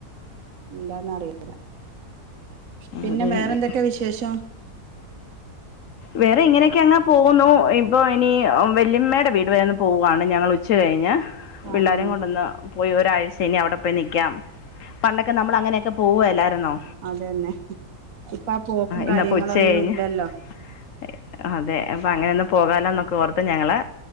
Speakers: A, on the right; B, on the left.
A: എന്താന്ന്റിയ പിന്നെ
B: അതന്നെ
A: വേറെ എന്തൊക്കെ വിശേഷം
B: വേറെ ഇങ്ങനെയൊക്കെ അങ്ങെ പോകുന്നു ഇപ്പൊ ഇനി വെല്ലിയമ്മയുടെ വീട് വരെന്ന് പോവാണ് ഞങ്ങൾ ഉച്ച കഴിഞ്ഞ
A: ആ
B: പിള്ളോരെ
A: ആ
B: കൊണ്ടന്ന് പോയി ഒരാഴ്ച ഇനി അവിടെ പോയി നിൽക്കാം പണ്ടൊക്കെ നമ്മൾ അങ്ങനെയൊക്കെ പോവ അല്ലായിരുന്നോ
A: അത ന്നെ ഇപ്പ ആ പോക്കും
B: ഇന്നപ്പോ
A: കാര്യങ്ങളൊ
B: ഉച്ച
A: ന്നും
B: കഴിഞ്ഞ്
A: ഇല്ലല്ലോ
B: <unintelligible> അതെ അപ്പം അങ്ങനെയൊന്നും പോകാലൊന്നൊക്കെ ഓർത്ത് ഞങ്ങ ള്